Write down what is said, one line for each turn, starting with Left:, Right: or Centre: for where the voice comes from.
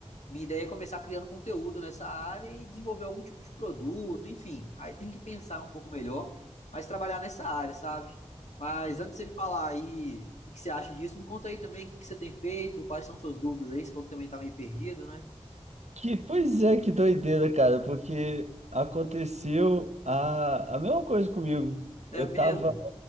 Left: minha ideia é começar criando conteúdo nessa área e desenvolver algum tipo de produto, enfim. Aí tem que pensar um pouco melhor, mas trabalhar nessa área, sabe? Mas antes de você me falar aí o que que você acha disso, me conta aí também o que que você tem feito, quais são suas dúvidas aí, se falou que também tá meio perdido, né?
Right: Que, pois é, que doideira, cara, porque aconteceu a, a mesma coisa comigo. Eu
Left: É mesmo?
Right: tava